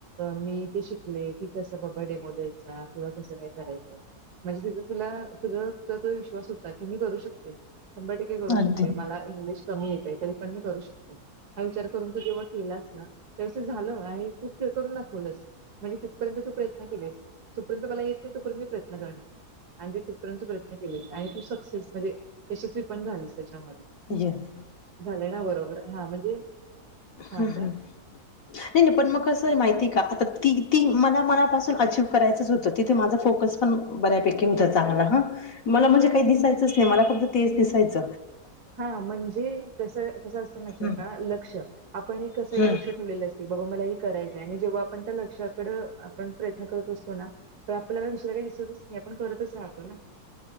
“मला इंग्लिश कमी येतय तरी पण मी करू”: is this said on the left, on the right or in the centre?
Right